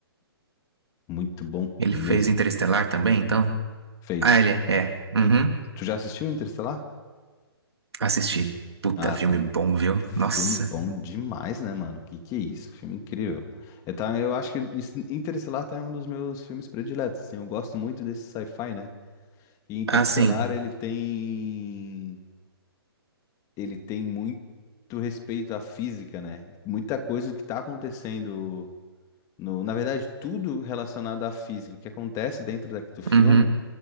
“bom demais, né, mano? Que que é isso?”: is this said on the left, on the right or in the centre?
Left